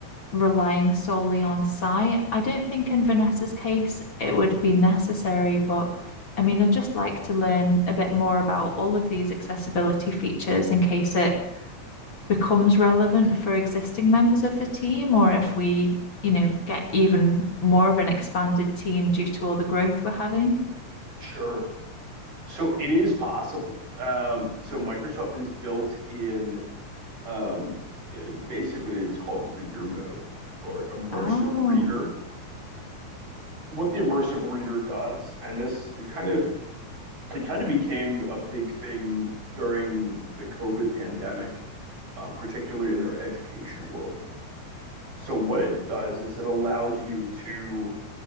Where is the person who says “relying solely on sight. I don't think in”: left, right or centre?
Left